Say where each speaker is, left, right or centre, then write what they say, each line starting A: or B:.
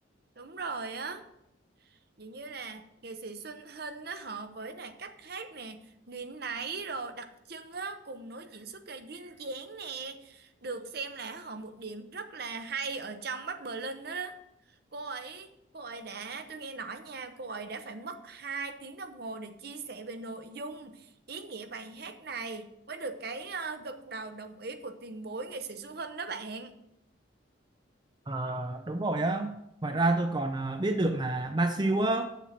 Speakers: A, on the right; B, on the right.
A: Đúng rồi á. Dường như là nghệ sĩ Xuân Hinh á họ với là cách hát nè, nguyện nãy rồi đặc trưng á cùng nói diễn xuất là duyên dáng nè, được xem là họ một điểm rất là hay ở trong Bắc Berlin á. Cô ấy cô ấy đã tôi nghe nói nha, cô ấy đã phải mất 2 tiếng đồng hồ để chia sẻ về nội dung, ý nghĩa bài hát này mới được cái ờ, gật đầu đồng ý của tiền bối nghệ sĩ Xuân Hinh đó bạn.
B: À, đúng rồi á. Ngoài ra tôi còn ờ, biết được là Ba Siêu á